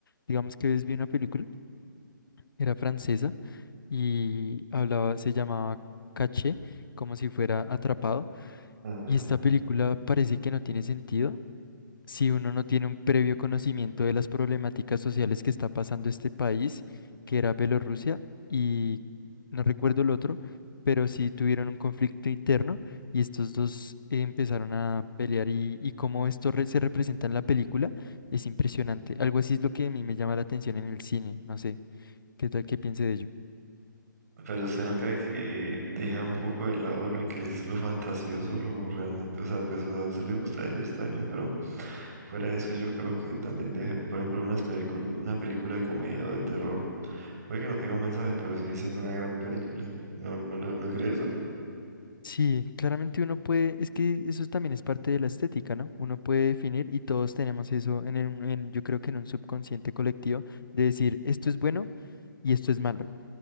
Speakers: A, on the left; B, on the right.
A: Digamos que ves vi una película, era francesa y hablaba, se llamaba Caché, como si fuera atrapado.
B: Ujú.
A: Y esta película parece que no tiene sentido, si uno no tiene un previo conocimiento de las problemáticas sociales que está pasando este país, que era Bielorrusia, y no recuerdo el otro, pero sí tuvieron un conflicto interno y estos dos eh, empezaron a pelear y, y cómo esto re- se representa en la película es impresionante. Algo así es lo que a mí me llama la atención en el cine, no sé, ¿qué tal que piense de ello?
B: Pero usted no cree que deja un poco de lado lo que es lo fantasioso, lo realmente, o sea, pues, o sea, a usted le gusta eso y está bien, pero fuera de eso yo creo que también deja, por ejemplo, unas películas, una película de comedia o de terror, puede que no tenga un mensaje, pero sigue siendo una gran película. ¿No, no, lo- no cree eso?
A: Sí, claramente uno puede, es que eso también es parte de la estética, ¿no? Uno puede definir y todos tenemos eso en, el- en- yo creo que en un subconsciente colectivo de decir esto es bueno y esto es malo.